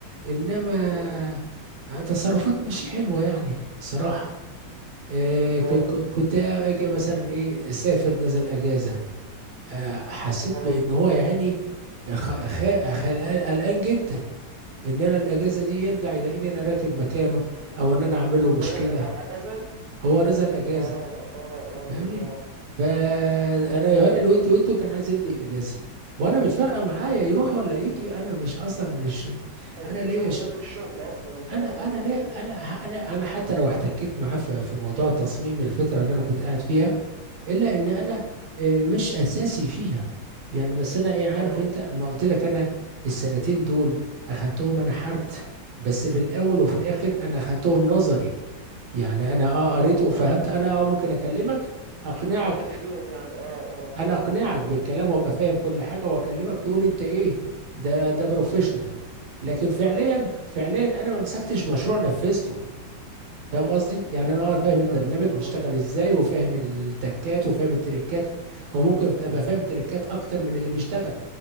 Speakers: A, on the right; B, on the right.
A: انما
B: مم.
A: تصرفات مش حلوه يعني بصراحه آه،
B: اه
A: ك- ك- كنت اجي مثلا ايه سافر نزل اجازه آه، حسيت
B: اه
A: بان هو يعني خ- خ- خل- قلقان جدا ان انا الاجازه دي يرجع يلاقيني انا راكب مكانه او ان انا عامل له مشكله
B: هو اللي رايح اجازه
A: هو نزل اجازه
B: اه اه اه
A: فاهمني
B: اه
A: فانا يهالي الود وده كان عايز يلغي الاجازه وانا مش فارقه معايا يروح ولا يجي انا مش اصلا مش
B: انت
A: انا ليا
B: شغل
A: ش...
B: غير الشغل اصلا انت
A: انا
B: هو ماله
A: انا ليه
B: ايه اللي
A: انا
B: دخل
A: انا انا حتى لو احتكيت معاه في في موضوع تصميم الفتره اللي انا كنت قاعد فيها الا ان انا
B: مم،
A: آه، مش اساسي فيها يعني بس انا ايه عارف
B: اه
A: انت ما قلت لك انا السنتين دول اخدتهم انا حرت
B: مم.
A: بس في الاول
B: مم.
A: وفي الاخر انا اخدتهم نظري يعني انا اه
B: اه
A: قريت وفهمت انا اه ممكن اكلمك اقنعك
B: ما اشتغلتش بيهم يعني اه اه
A: انا اقنعك بالكلام وابقى فاهم كل حاجه واكلمك تقول انت ايه ده ده بروفيشنال لكن فعليا
B: اه
A: فعليا انا ما مسكتش مشروع نفذته فاهم
B: ايوه
A: قصدي
B: ايوه
A: يعني انا اه فاهم البرنامج
B: فاهمك انا
A: بيشتغل
B: اه
A: ازاي وفاهم التكات وفاهم التريكات او ممكن ابقى فاهم تريكات اكتر من اللي بيشتغل